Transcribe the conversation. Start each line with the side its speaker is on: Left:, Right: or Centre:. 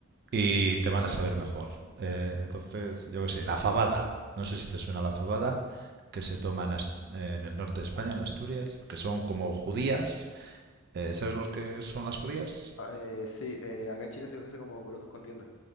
Right: y te van a saber mejor. Eh, entonces, yo qué sé, la fabada. No sé si te suena la fabada, que se toma en, Ast- en el norte de España, en Asturias, que son como judías. Eh, ¿Sabes los que son las judías?
Left: Ah, eh, sí, eh, acá en Chile se conoce como porotos con rienda.